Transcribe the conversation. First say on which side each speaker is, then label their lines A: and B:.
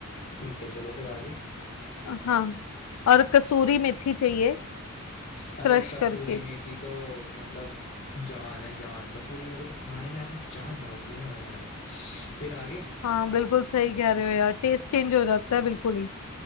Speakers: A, on the left; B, on the left.
A: ठीक है चलो फिर आगे
B: हाँ और कसूरी मेथी चाहिए
A: अरे
B: क्रश
A: कसूरी
B: करके
A: मेथी तो मतलब जान है जान कसूरी मेथी तो खाने में ऐसी जान डालती है ना आया है फिर आगे
B: हाँ बिल्कुल सही कह रहे हो यार टेस्ट चेंज हो जाता है बिल्कुल ही